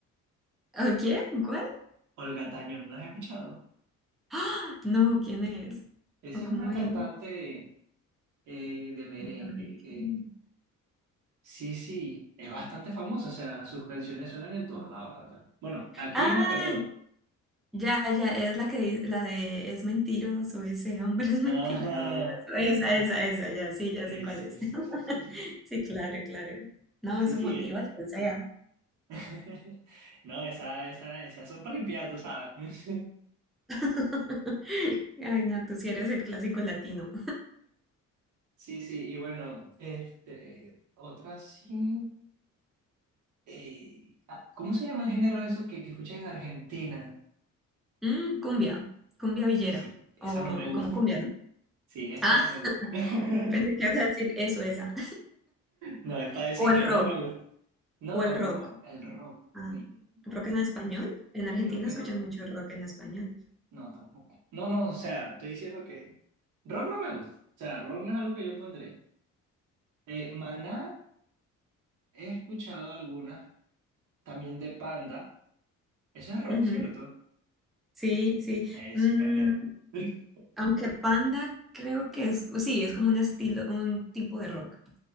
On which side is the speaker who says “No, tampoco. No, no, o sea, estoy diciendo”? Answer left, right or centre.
Right